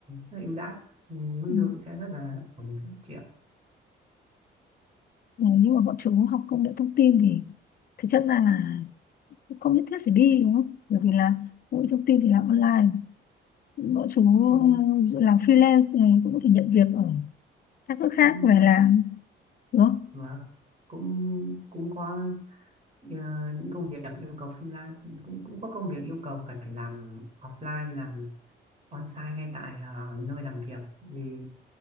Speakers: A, on the right; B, on the left.
A: rất là ưu đãi Ừ, mức
B: Ừ,
A: lương sẽ rất là ổn định phát triển
B: Ờ, nhưng mà bọn chú học công nghệ thông tin thì thực chất ra là cũng không nhất thiết phải đi đúng không bởi vì là công nghệ thông tin thì làm online bọn chú
A: Ừ,
B: ờ, ví dụ làm freelance này cũng có thể nhận việc ở các nước khác
A: cũng
B: về làm đúng không
A: và cũng cũng có ờ, những công việc yêu cầu freelance cũng cũng có công việc yêu cầu cần phải làm offline làm on-site ngay tại ờ, nơi làm việc vì